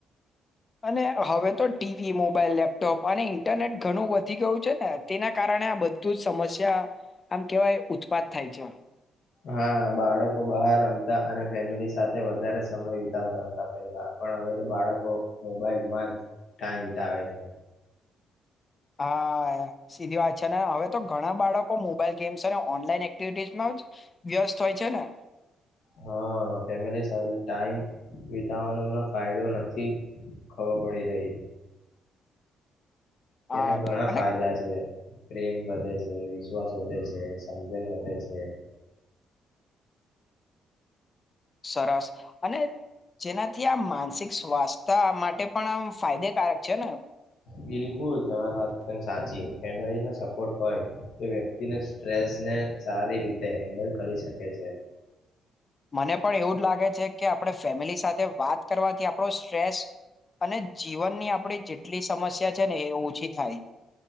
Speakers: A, on the left; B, on the left.
A: અને હવે તો ટીવી મોબાઈલ લેપટોપ અને ઈન્ટરનેટ ઘણું વધી ગયું છે ને તેના કારણે આ બધું જ સમસ્યા આમ કહેવાય ઉત્પાદ થાય છે
B: હા બાળકો બહાર રમતા અને ફેમિલી સાથે વધારે સમય વિતાવતા હતા પેલા પણ હવે તો બાળકો મોબાઈલમાં જ ટાઈમ વિતાવે છે
A: હા સીધી વાત છે ને હવે તો ઘણા બાળકો મોબાઈલ ગ અને ઓનલાઈન એક્ટિવિમાં જ વ્યસ્ત હોય છે. ને
B: હા ફેમિલી સાથે ટાઈમ વિતાવાનો હમને ફાયદો નથી ખબર પડી રહી એના
A: આ
B: ઘણા
A: અને
B: ફાયદા છે પ્રેમ વધે છે વિશ્વાસ વધે છે સમજણ વધે છે
A: સરસ અને જેનાથી આ માનસિક સ્વાસ્થ્ય માટે પણ આમ ફાયદેકારક છે ને
B: બિલકુલ તમારી વાત એકમ સાચી ફેમિલી સપોર્ટ હોય તો વ્યક્તિ સ્ટ્રેસને સારી રીતે હેન્ડલ કરી શકે છે
A: મને પણ એવું જ લાગે છે કે આપણે ફેમિલી સાથે વાત કરવાથી આપણો સ્ટ્રેસ અને જીવનની આપણી જેટલી સમસ્યા છે ને એ ઓછી થાય